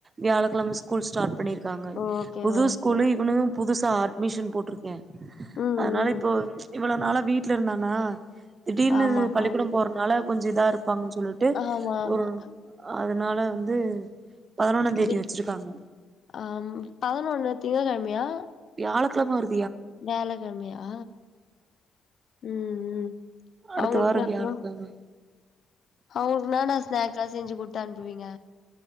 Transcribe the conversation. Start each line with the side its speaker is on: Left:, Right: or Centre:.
Right: வியாழக்கழம ஸ்கூல் ஸ்டார்ட் பண்ணி காங்க
Left: ஓகே
Right: புது
Left: ஓகே
Right: ஸ்கூலு இவனு புதுசா ஆட் அட்மிஷன் போட்ருகே
Left: ம்
Right: அதுனால
Left: ம்
Right: இப்போ இவ்ள நாளா வீட்லருந்தானா திடீர்னு
Left: ஆமாக்கா
Right: பள்ளிக்கூட போறனால கொஞ்ச இதாருக்கு ப்பாங் சொல்லிட்டு
Left: ஆமா ஆமா
Right: ம் அதனால வந்து பதினொன்னாந் தேதி
Left: விட்
Right: வச்சிருக்காங்க
Left: ஆம் பதினொன்னு திங்க கெழமயா
Right: வியாழ கெழம வரு
Left: வேல கம்மியா ம் ம்
Right: அடுத்த
Left: அவங்களுக்கு
Right: வாரோ
Left: <unintelligible>
Right: வியாழக்கிழம
Left: <unintelligible> ஸ்நக்ஸ்லா செஞ்சு குடுத்து அனுப்புவீங்க